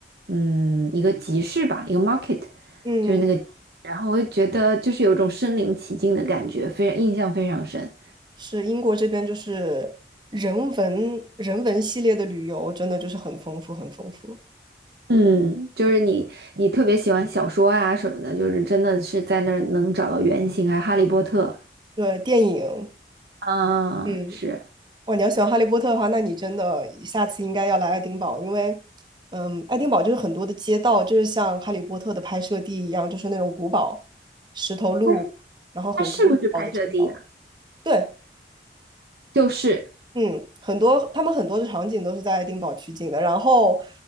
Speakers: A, on the right (about 65°); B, on the right (about 25°).
A: 嗯，一个集市吧，一个 market，
B: 嗯，
A: 就是那个。然后我就觉得就是有一种身临其境的感觉，非常印象非常深。
B: 是英国这边就是人文人文系列的旅游，真的就是很丰富，很丰富。
A: 嗯，就是你，你特别喜欢小说啊什么的，就是真的是在那儿能找到原型啊，《哈利波特》
B: 对，电影，
A: 啊，
B: 嗯。
A: 是，
B: 哇，你要喜欢哈利波特的话，那你真的下次应该要来爱丁堡，因为，嗯，爱丁堡就是很多的街道，就是像哈利波特的拍摄地一样，就是那种古堡、石头路，
A: 它
B: 然后很高很高的城堡。
A: 它是不是拍摄地呀、
B: 对，
A: 就是，
B: 嗯，很多他们很多的场景都是在爱丁堡取景的。然后，